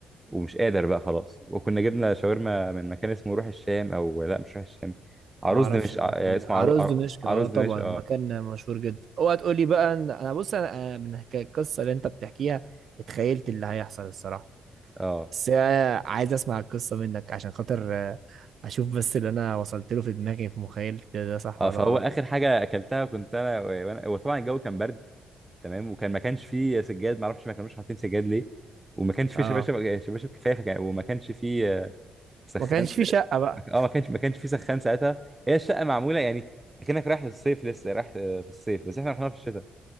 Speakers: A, on the right; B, on the right.
A: ومش قادر بقى خلاص وكنا جبنا شاورما من مكان اسمه روح الشام او لا مش روح الشام عروس
B: ما اعرفش
A: دمشق
B: المكان
A: آه، اسمه
B: ده عروس
A: عرو... عر-
B: دمشق
A: عروس
B: اه
A: دمشق
B: طبعا
A: اه
B: مكان مشهور جدا اوعى تقول لي بقى ان انا بص انا أنا من حكاية القصه اللي انت بتحكيها اتخيلت اللي هيحصل الصراحه
A: اه
B: بس أنا عايز اسمع القصه منك عشان خاطر آه، اشوف بس اللي انا وصلت له في دماغي في مخيلتي ده ده صح
A: اه
B: ولا
A: فهو
B: غلط
A: اخر حاجه اكلتها كنت انا وانا وطبعا الجو كان برد تمام وكان ما كانش فيه سجاد ما اعرفش ما كانوش حاطين سجاد ليه وما كانش فيه
B: اه
A: شباشب شباشب كفايه فكان وما كانش فيه آه، سخان
B: ما كانش في شقه بقى
A: اه ما كانش ما كانش فيه سخان ساعتها هي الشقه معموله يعني اكنك رايح للصيف لسه رايح آه، في الصيف بس احنا رحنا في الشتاء